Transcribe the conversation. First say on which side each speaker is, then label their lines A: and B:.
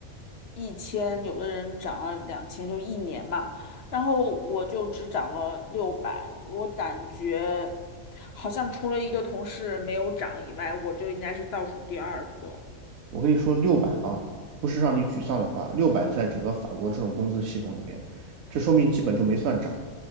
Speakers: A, on the left; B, on the right.
A: 一千，有的人涨了两千，就一年嘛。然后我就只涨了六百，我感觉好像除了一个同事没有涨以外，我就应该是倒数第二个。
B: 我跟你说，六百啊，不是让你沮丧的话，六百在整个法国这种工资系统里面，这说明基本就没算涨。